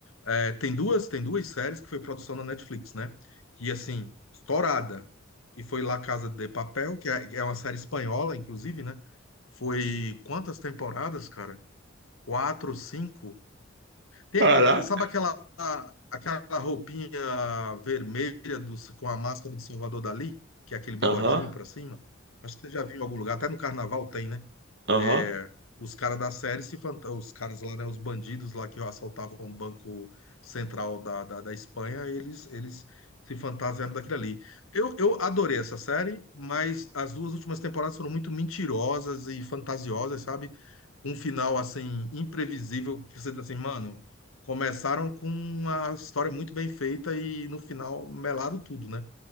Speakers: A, on the left; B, on the right.
A: é, tem duas, tem duas séries que foi produção da Netflix, né? Que, assim, estourada, que foi La Casa de Papel, que é, é uma série espanhola, inclusive, né? Foi quantas temporadas, cara? Quatro, cinco? Tem-
B: Caraca.
A: é- é, sabe aquela, aquela roupinha vermelha do, com a máscara de Salvador Dali? Que é aquele bigodinho
B: Aham,
A: pra cima? Acho que você já viu em algum lugar, até no carnaval tem, né?
B: aham.
A: É, os caras da série se fanta- os caras lá, né, os bandidos lá que assaltavam o Banco Central da, da, da Espanha, eles eles se fantasiaram daquilo ali. Eu, eu adorei essa série, mas as duas últimas temporadas foram muito mentirosas e fantasiosas, sabe? Um final assim imprevisível que você diz assim, mano, começaram com uma história muito bem feita e no final melaram tudo, né?